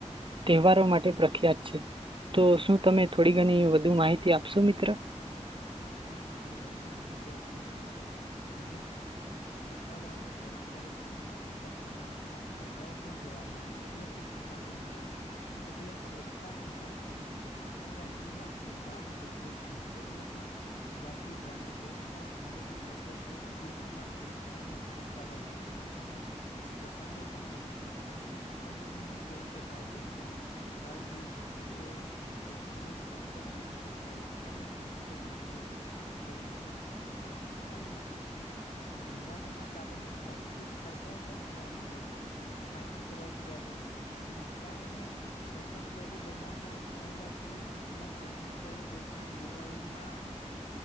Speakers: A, on the right (about 45°); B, on the left (about 85°).
A: તહેવારો માટે પ્રખ્યાત છે, તો શું તમે થોડી ઘણી વધુ માહિતી આપશો મિત્ર?
B: હા તમને વધુ માહિતી આપું છું. સ્થાનિક તહેવારોને પરંપરા ગતના મોટા પ્રમાણમાં ફાયદાઓ પણ જોવા મળે છે, એટલે કે સામાજિક ફાયદા, એટલે કે એકતા અને ભાઈચારો વધે છે નવરાત્રીમાં આખું ગામ ગરભે જમે છે. એટલે કે, જાતિ ધર્મ ભેદભાવ ભૂલીને લોકો એક જૂથમાં અને એકતા અને ભાઈચારો રાખે છે અને, સંબંધો પણ મજબૂત થાય છે રક્ષાબંધન ના દિવસે ભાઈ બહેનો, ભાઈ બીજ જેવો કુટુંબનોો પ્રેમ પણ વધારે થાય છે અને સંબંધો મજબૂત બને શે અને તહેવારોના કારણે આર્થિક ફાયદાઓ પણ જોવા મળે છે સ્થાનિક રોજગારી ઉત્તરાયણ પતંગ દોરી બનાવનાર નવરાત્રીમાં ચન્યા ચોળી વેચનાર દિવાળીમાં